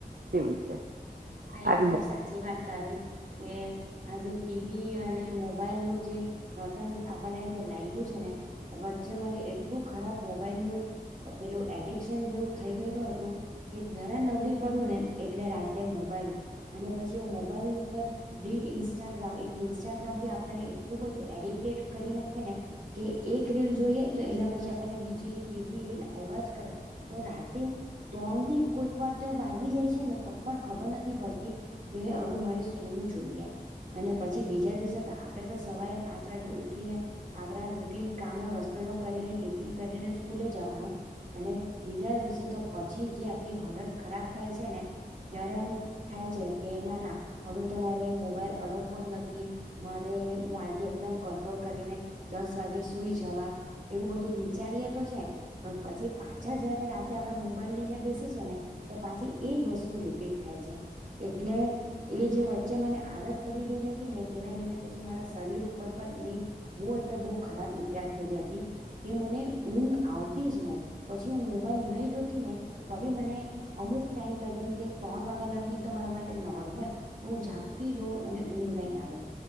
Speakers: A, on the right; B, on the right.
A: એવું છે.
B: ના
A: આ
B: એકદમ સાચી વાત તારી કે આજે વી અને મોબાઈલનું જે રટન આપણને જે લાગું છે ને વચ્ચે મને એટલું ખરાબ મોબાઈલ નું પેલું એડિક્શન જેવું થઈ ગયેલું હતું કે જરા નબળી પડું ને એટલે રાતે મો બલ અને પછી હું મોબાઈલ પર રીલ ઇન્સ્ટાગ્રામ એક ઇન્સ્ટાગ્રામ બી આપણને એટલું બધું એડિક્ટેડ કરી નાખે ને કે એક રીલ જોઈએ તો એના પછી આપણને બીજી ત્રીજી રીલ આવ્યા જ કરે તો રાતે ત્રણ બી કોઈક વાર તો વાગી જાય છે ને તો પણ ખબર નથી કે હવે મારે સુવું જોઈએ અને પછી બીજા દિવસે આપણેે તો સવારે પાંચ વાગે ઉઠીને આપણા રૂટીન કામો રસોઈયો કરીને ટિફિન કરીને સ્કૂલે જવાનું અને બીજા દિવસે તો પછી જે આપડી હાલત ખરાબ થાય છે ને ત્યારે એમ થાય છે કે ના ના હવે તો મારે મોબાઈલ અડકવો જ નથી મારે હું આજે એકદમ કંટ્રોલ કરીને દસ વાગે સુઈ જવા એવું બધું વિચારીએ તો છે પણ પછી પાછા જયારે રાતે આપણે મોબાઈલ લઈને બેસે છે ને તો પાછી એજ વસ્તુ રિપીટ થાય છે. એટલે એ જે વચ્ચે મને આદત પડી ગયેલી હતી ને તેના લીધે પછી મારા શરીર ઉપર પણ એની બહુ એટલે બહુ ખરાબ ઇફેક્ટ થયેલી હતી કે મને ઊંઘ આવતી જ ને પછી હું મોબાઈલ નહી જોતી ને તો બી મને અમુક ટાઈમ લગીને કે ત્રણ વાગ્યા લગીને તમારા માટે નોર્મલ હું ઝાંપતી જોઉ અને ઊંઘ નહીં આવે